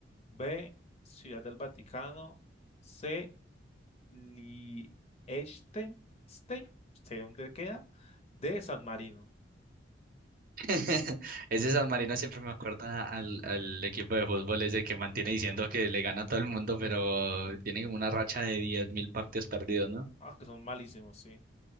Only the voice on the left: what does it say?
B, Ciudad del Vaticano. C. Liechtenstein, no sé dónde queda, de San Marino.
Ah, que son malísimos, sí.